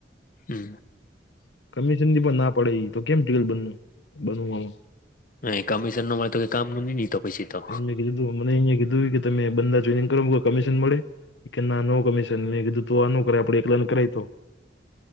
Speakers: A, on the left (about 50°); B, on the left (about 80°).
A: હમ.
B: કમિશનથી પણ ના પડે તો કેમયલ બ બનવુ.
A: હે કમિશન નો મળે તો કે કામનુ ની તો પછી તો
B: એ મેં કીધું મને અં કીધું કે તમે બને ટનિંગ કરો કમિશન મળે કે ના નો કમિશન કીધું તું આ ન કરે આપડ એકલાને કરાય તો